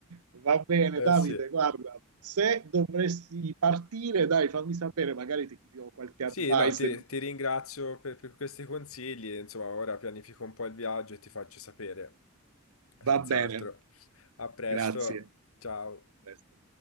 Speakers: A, on the right; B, on the left.
A: Va bene,
B: Eh
A: Davide,
B: sì.
A: guarda, se dovresti partire, dai, fammi sapere, magari ti do qualche
B: Sì,
A: advice.
B: no, ti,
A: del-
B: ti ringrazio per, per questi consigli. Insomma, ora pianifico un po' il viaggio e ti faccio sapere. Senz'altro.
A: Va bene,
B: A presto.
A: grazie.
B: Ciao.
A: A presto.